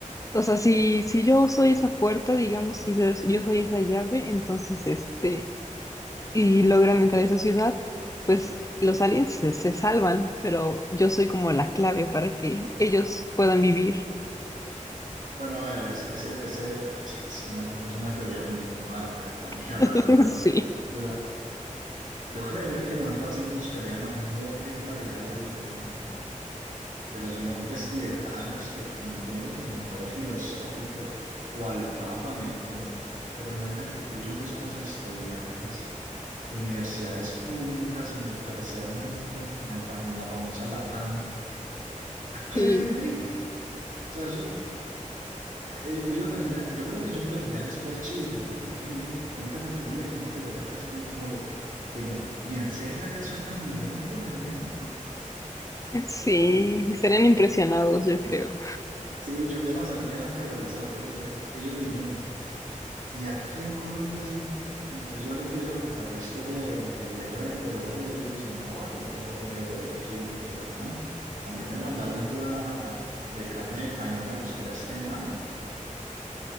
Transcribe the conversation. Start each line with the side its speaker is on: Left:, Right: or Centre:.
Left: O sea, si, si yo soy esa puerta, digamos, si yo yo soy esa llave, entonces, este, y logran entrar a esa ciudad, pues los aliens se, se salvan, pero yo soy como la clave para que ellos puedan vivir.
Right: Bueno, a ver, es, ese ese- es una, es una teoría muy fumada la de tu amiga
Left: <laughs>
Right: la verdad.
Left: Sí,
Right: O sea, Yo creería que más fácil buscarían a un monje por allá del, de, de- de los montes tibetanos, que me entienden que son todos filosóficos, o al papa, ¿me entiendes? Pero imagínate tú y yo que somos estudiantes de universidades públicas en el tercer mundo, en, el, fa- en la famosa LATAM, ¿a qué
Left: sí,
Right: vendrían? O sea, eso e- Ellos vendrían, yo creo que ellos vendrían es por chismes, así como que, "Ey, ve, cuéntame tu día, ¿cómo te fue la universidad? Y como que dirían, ¿y en serio allá son tan violentos en México?
Left: sí, serían impresionados, yo creo.
Right: Sí, yo, además saldrían aterrorizados, yo le diría, ellos dirían, y, y aquí en Colombia es muy... y Entonces yo le empiezo a contar la historia de, de guerra de Colombia, ellos dicen, no, yo mejor me voy, yo aquí vine por acá. A mí me mandaron fue a- a- a- de carne de cañón a buscar a este man.